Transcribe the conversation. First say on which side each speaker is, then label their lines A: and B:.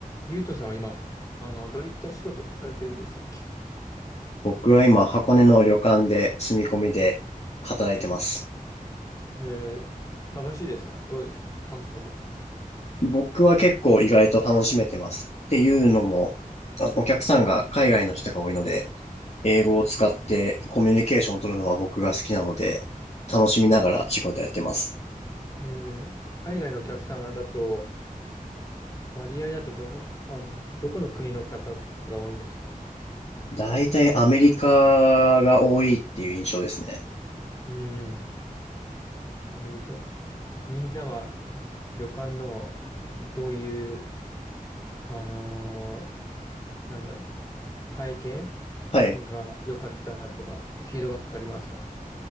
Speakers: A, on the left; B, on the left.
A: ゆうとさんは今、あの、どういった仕事されてるんでしたっけ
B: 僕は今、箱根の旅館で住み込みで働いてます。
A: えー、楽しいですかどうですか感想は。
B: 僕は結構意外と楽しめてます。っていうのも、あお客さんが海外の人が多いので、英語を使ってコミュニケーションを取るのは僕が好きなので、楽しみながら仕事やってます。
A: えー海外のお客さんだと、割合だとどの、あの、どこの国の方が多いんですか
B: 大体アメリカが多いっていう印象ですね。
A: うーん、アメリカとか。みんなは旅館のどういう、あのーなんだろう、体験
B: はい。
A: が良かったとか、フィードバックありますか